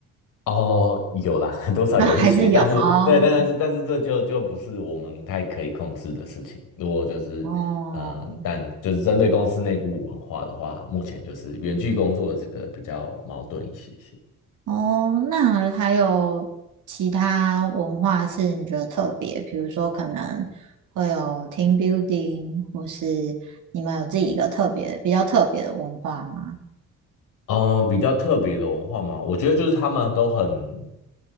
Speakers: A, on the left; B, on the right.
A: 哦，有啦，<laughs> 多少有一些，
B: 啊，还是有哦
A: 但是对，但但是但是这就就不是我们太可以控制的事情。如果就是呃，
B: 哦
A: 但就是针对公司内部文化的话，目前就是远距工作这个比较矛盾一些些。
B: 哦，那还有其他文化是你觉得特别，比如说可能会有 team building，或是你们有自己一个特别比较特别的文化吗？
A: 嗯，比较特别的文化吗？我觉得就是他们都很